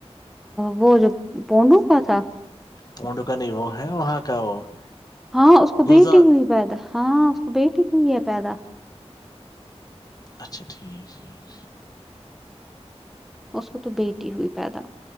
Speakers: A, in the centre; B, on the left (about 35°).
A: وہ جو پونڈو کا تھا
B: پڈک نہیں وہ ہے وہاں کا وہ <unintelligible>
A: ہاں اس کو بیٹی
B: گلزار
A: ہوئی پیدا ہاں اس کو بیٹی ہوئی ہے پیدا
B: اچھا ٹھیک ٹھیک
A: اس کو تو بیٹی ہوئی پیدا